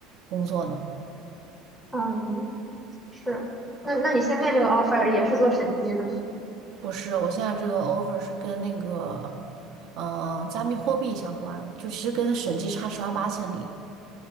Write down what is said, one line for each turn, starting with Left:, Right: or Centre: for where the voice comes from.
Right: 工作的。
Centre: 嗯，是。那那你现在这个 offer 也是做审计的吗？
Right: 不是，我现在这个 offer 是跟那个，呃，加密货币相关，就其实跟审计差十万八千里